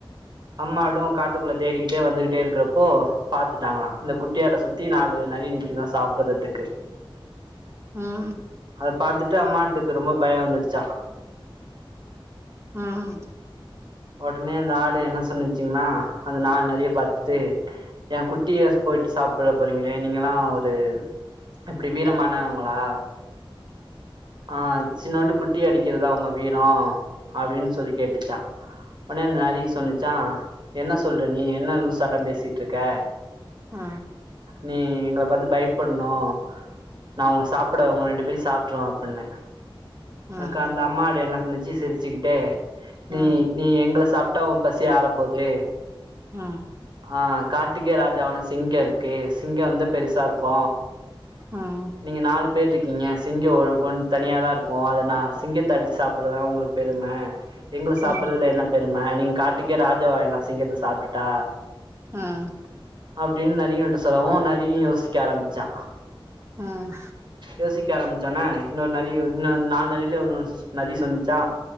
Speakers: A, on the right; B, on the right.
A: அம்மாடும் காட்டுக்குள்ள தேடிக்கிட்டே வந்துகிட்டே இருக்கிறப்போ பாத்துட்டாங்களா அந்த குட்டியாட சுத்தி நாலு நரி நிக்குதா சாப்படுறதுக்கு
B: ம்
A: அத பாத்துட்டு அம்மா ஆட்டுக்கு ரொம்ப பயம் வந்துடுச்சா
B: ம்
A: ஒடனே அந்த ஆடு என்ன சொன்னுச்சிங்கன்னா அந்த நாலு நரிய பாத்துட்டு என் குட்டிய போயிட்டு சாப்ட போறீங்களே நீங்கல்லா ஒரு அப்டி வீரமானவுங்களா ஆ சின்னோண்டு குட்டி அடிக்குறதா உங்க வீரோ அப்டின் சொல்லி கேட்டுச்சா ஒடனே அந்த நரி சொன்னுச்சா என்ன சொல்ற நீ என்ன லூசாட்ட பேசிட்டு இருக்க
B: ஆ
A: நீ எங்கள பாத்து பயப்படுனு நா உங்க சாப்ட உங்க ரெண்டு பேரையு சாப்ருவேன் அப்டின்னு
B: ம்
A: அதுக்கு அந்த
B: ம்
A: அம்மாடு என்ன சொன்னுச்சு சிரிச்சுக்கிட்டே நீ
B: ம்
A: நீ எங்கள சாப்ட்டா ஒ பசி ஆறப் போது
B: ஆ ஆ
A: ஆ காட்டுக்கே ராஜா ஒன்னு சிங்க இருக்கு சிங்க வந்து பெருசா இருக்கு
B: உம்
A: நீங்க நாலு பேர் இருக்கீங்க சிங்க ஒ ஒன் தனியாக தா இருக்கு அத நா சி சிங்கத்த அடிச்சு சாப்ட்றது தான ஒங்களுக்கு பெரும எங்கள சாப்பிடறதுல
B: ஆ
A: என் என்ன பெரும நீங்க காட்டுக்கே ராஜாவாயிரலா சிங்கத்த சாப்டுட்டா
B: உம்
A: அப்டின் நரிங்கள்கிட்ட சொல்லவு நரியு யோசிக்க ஆரம்பிச்சா
B: உம்
A: யோசிக்க ஆரம்பிச்சோனே இன்னொரு நரி வந் இன்னொ நாலு நரியில ஒன் நரி சொன்னுச்சா